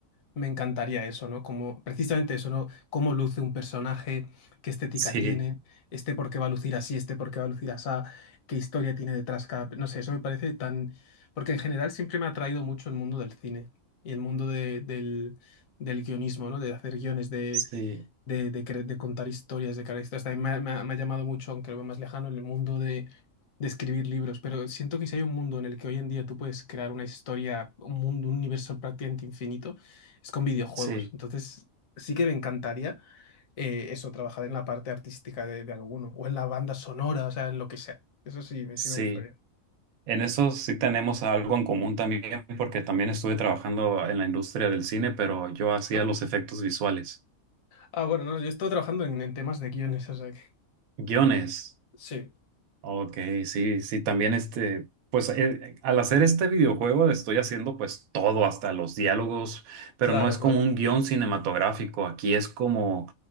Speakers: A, on the left; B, on the right.
A: me encantaría eso, ¿no? Como precisamente eso, ¿no? Cómo luce un personaje, qué estética
B: sí,
A: tiene, este por qué va a lucir así, este por qué va a lucir así, qué historia tiene detrás cada... No sé, eso me parece tan... Porque en general siempre me ha atraído mucho el mundo del cine y el mundo de- del, del guionismo, ¿no? De hacer guiones, de
B: sí,
A: de, de cre- de contar historias, de crear historias. También me ha, me ha- me ha llamado mucho, aunque lo veo más lejano, el mundo de, de escribir libros. Pero siento que si hay un mundo en el que hoy en día tú puedes crear una historia, un mundo, un universo prácticamente infinito, es con videojuegos.
B: sí,
A: Entonces, sí que me encantaría eh, eso, trabajar en la parte artística de, de alguno, o en la banda sonora, o sea, en lo que sea. Eso sí, me-
B: sí.
A: sí me gustaría.
B: En eso sí tenemos algo en común también, porque también estuve trabajando en la industria del cine, pero yo hacía
A: Ah,
B: los efectos visuales,
A: Ah, bueno, no, yo he estado trabajando en, en temas de guiones, o sea que...
B: guiones.
A: Sí,
B: Ok, sí, sí, también este, pues eh, al hacer este videojuego estoy haciendo pues todo, hasta los diálogos, pero
A: claro,
B: no es
A: claro,
B: como un guión cinematográfico, aquí es como